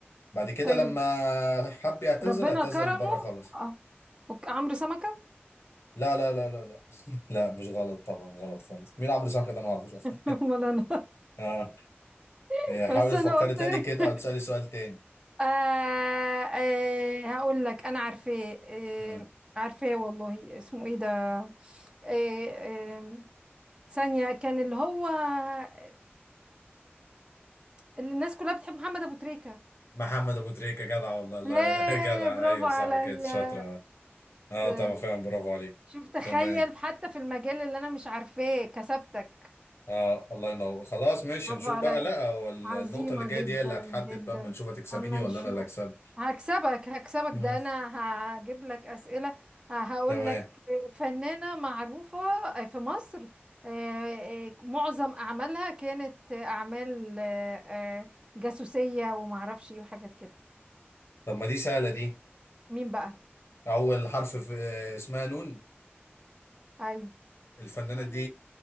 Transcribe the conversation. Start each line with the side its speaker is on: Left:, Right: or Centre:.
Left: بعد كده
Right: طيب
Left: لما حب يعتزل
Right: ربنا
Left: اعتزل
Right: كرمه
Left: بره خالص
Right: اه أوك- عمرو سمكة
Left: لا لا لا لا لا <laughs> لا مش غلط طبعا غلط خالص مين عمرو سامك ده انا ما اعرفوش اصلا
Right: <laughs> ولا انا
Left: اه
Right: <laughs>
Left: آه، حاول
Right: بس انا
Left: تفكري
Right: قلت
Left: تاني كده
Right: <laughs>
Left: او تسالي سؤال تاني
Right: آه آه هقول لك انا عارفاه آه
Left: مم.
Right: عارفاه والله اسمه ايه ده آه آه ثانية كان اللي هو آه اللي الناس كلها بتحب محمد ابو تريكة
Left: محمد ابو تريكه جدع والله الله
Right: ياه
Left: <laughs> جدع
Right: برافو
Left: ايوه
Right: عليا
Left: صح كده شاطره اه
Right: طيب.
Left: طبعا فعلا برافو عليك
Right: شوف تخيل
Left: تمام
Right: حتى في المجال اللي انا مش عارفاه كسبتك
Left: اه الله ينور خلاص ماشي
Right: برافو
Left: نشوف
Right: عليا
Left: بقى لا هو ال-
Right: عظيمة
Left: النقطة اللي جاية
Right: جدا
Left: دي هي اللي هتحدد
Right: جدا
Left: بقى اما نشوف هتكسبيني
Right: اما
Left: ولا
Right: نشوف
Left: انا اللي هكسب
Right: هكسبك هكسبك
Left: مم.
Right: ده انا هجيب لك اسئلة هقول
Left: تمام
Right: لك فنانة معروفة في مصر آه، آه، معظم اعمالها كانت اعمال آه، آه، جاسوسية ومعرفش ايه وحاجات كده
Left: طب ما دي سهلة دي
Right: مين بقى
Left: أول حرف في اسمها نون
Right: ايوه
Left: الفنانة دي